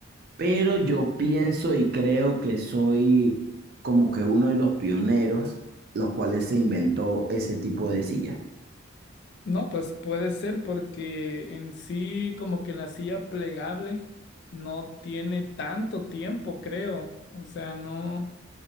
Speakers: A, on the right; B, on the left.
A: Pero yo pienso y creo que soy como que uno de los pioneros, los cuales se inventó ese tipo de silla.
B: No, pues puede ser porque en sí como que la silla plegable no tiene tanto tiempo, creo. O sea, no.